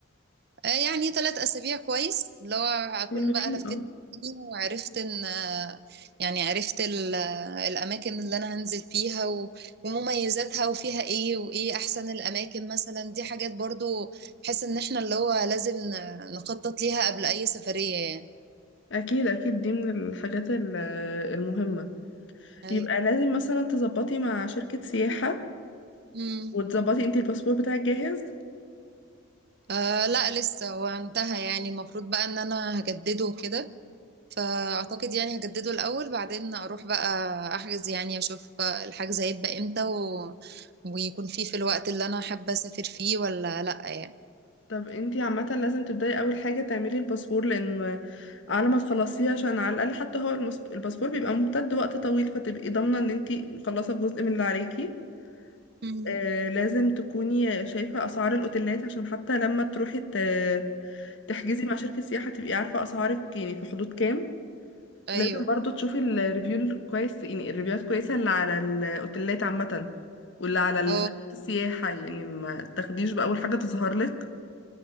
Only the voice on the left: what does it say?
حلوين
اه
اكيد اكيد دي من الحاجات ال- المهمة
يبقى لازم مثلا تظبطي مع شركة سياحة
وتظبطي انتي الباسبور بتاعك جاهز
طب انتي عامة لازم تبدأي اول حاجة تعملي الباسبور لان على ما تخلصيه عشان على الاقل حتى هو المس- الباسبور بيبقى ممتد وقت طويل فتبقي ضامنة ان انتي مخلصة جزء من اللي عليكي
آه، لازم تكوني شايفة أسعار الأوتيلات عشان حتى لما تروحي ت- تحجزي مع شركة سياحة تبقي عارفة أسعارك يعني في حدود كام
لازم برضو تشوفي الريفيو الكويس يعني الريفيوهات كويسة اللي على الأوتيلات عامة واللي على
شركة السياحة يعني ما تاخديش بأول حاجة تظهر لك